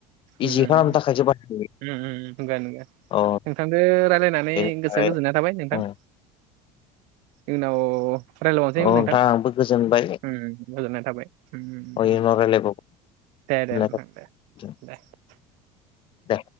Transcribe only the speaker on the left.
इजि
खालामनो थाखायसो बाहायो
अ
बेनिफ्राय
उम
औ
आंबो गोजोनबाय
उनाव रायलायबावगोन
होननाय
थाबाय
दे